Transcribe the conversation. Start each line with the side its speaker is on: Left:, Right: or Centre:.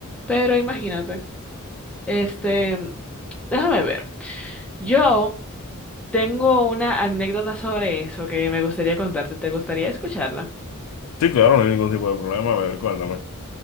Centre: pero imagínate. Este, déjame ver. Yo tengo una anécdota sobre eso que me gustaría contarte. ¿Te gustaría escucharla?
Left: Sí, claro, no hay ningún tipo de problema. A ver, cuéntame.